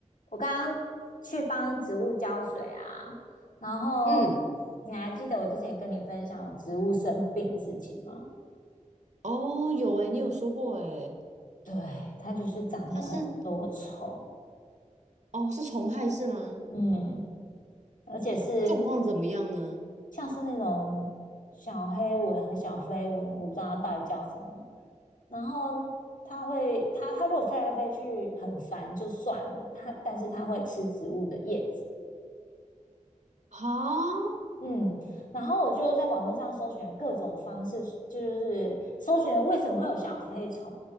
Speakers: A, on the left; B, on the right.
A: 我刚刚去帮植物浇水啊，然后你还记得我之前跟你分享我植物生病的事情吗？
B: 嗯，哦，有诶，你有说过诶，
A: 对，它就是长了很多虫，
B: 它是哦是虫害是吗？
A: 嗯，而且是
B: 状况怎么样呢？
A: 像是那种小黑蚊和小飞蚊，我不知道它到底叫什么。然后它会，它它如果飞来飞去很烦就算了，它但是它会吃植物的叶子。
B: 啊，
A: 嗯，然后我就在网络上搜寻了各种方式，就是搜寻了为什么会有小飞虫，